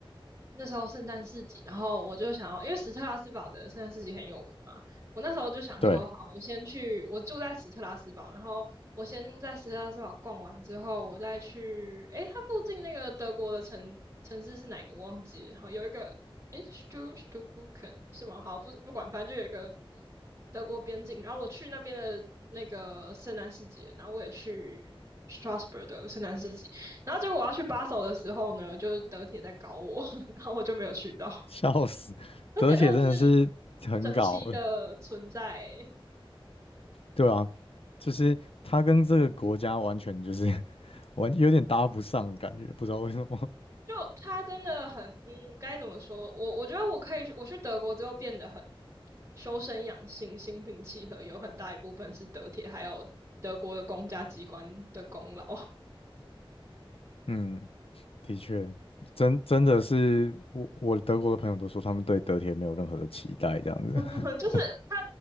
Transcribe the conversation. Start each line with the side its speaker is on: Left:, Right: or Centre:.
Right: 那时候圣诞市集，然后我就想要，因为史特拉斯堡的圣诞市集很有名嘛，我那时候就想说，
Left: 对，
Right: 好，我先去，我住在史特拉斯堡，然后我先在史特拉斯堡逛完之后，我再去，诶，它附近那个德国的城城市是哪一个忘记了，好，有一个，诶 s t u s t u b r u c k e n 是吗？好，不不管，反正就有一个德国边境，然后我去那边的那个圣诞市集，然后我也去 Strasbourg 的圣诞市集。然后结果我要去巴首的时候呢，就是德铁在搞我，<laughs> 然后我就没有去到。
Left: 笑死，
Right: 德铁真的是
Left: 德铁真的是很搞，
Right: 神奇的存在欸
Left: 对啊，就是他跟这个国家完全就是 <laughs> 完有点搭不上，感觉不知道为什么。
Right: 就他真的很，嗯，该怎么说？我我觉得我可以，我去德国之后变得很修身养性、心平气和，有很大一部分是德铁还有德国的公家机关的功劳，
Left: 嗯 <laughs>，的确，真真的是我我德国的朋友都说他们对德铁没有任何的期待这样子。
Right: <laughs> 就是他
Left: <laughs>